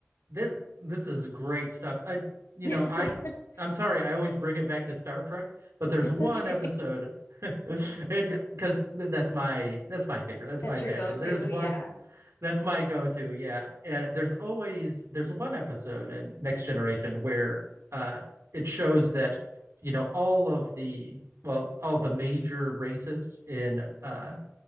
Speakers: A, on the right (about 80°); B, on the left (about 85°).
A: This, this is great stuff. I, you
B: <laughs>
A: know, I, I'm sorry, I always bring it back to Star Trek, but there's
B: It's
A: one
B: okay.
A: episode. <laughs> It because that's my that's my favorite.
B: <laughs>
A: That's
B: That's
A: my
B: your
A: passion.
B: go-to.
A: There's one
B: Yeah.
A: That's my go-to. Yeah. Uh, there's always there's one episode in Next Generation where uh it shows that, you know, all of the well, all the major races in uh